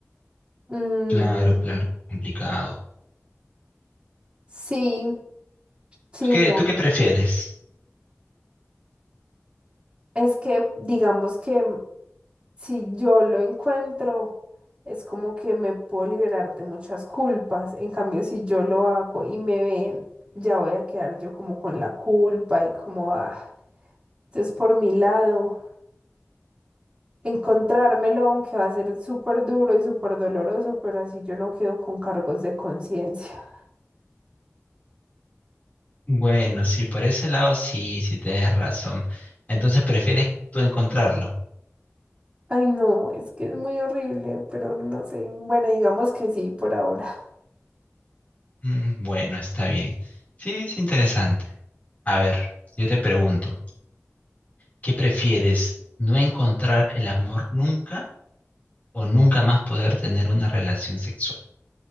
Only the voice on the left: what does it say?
Claro, claro, complicado.
¿Tú qué,
tú qué prefieres?
Bueno, sí, por ese lado sí, sí tienes razón. Entonces prefieres tú encontrarlo.
Mm, bueno, está bien. Sí, es interesante. A ver, yo te pregunto, ¿qué prefieres? ¿No encontrar el amor nunca o nunca más poder tener una relación sexual?